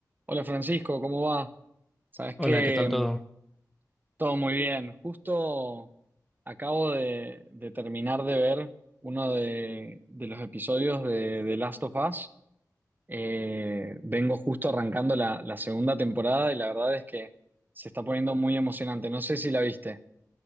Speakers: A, on the right (about 30°); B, in the centre.
A: Hola Francisco, ¿cómo va? Sabes
B: Hola,
A: que
B: ¿qué tal
A: mm,
B: todo?
A: todo muy bien. Justo acabo de, de terminar de ver uno de, de los episodios de, de Last of Us. Eh, vengo justo arrancando la, la segunda temporada y la verdad es que se está poniendo muy emocionante. No sé si la viste.